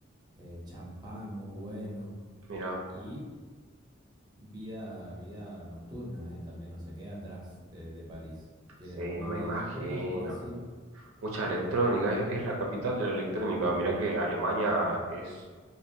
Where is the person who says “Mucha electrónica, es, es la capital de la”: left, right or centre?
Right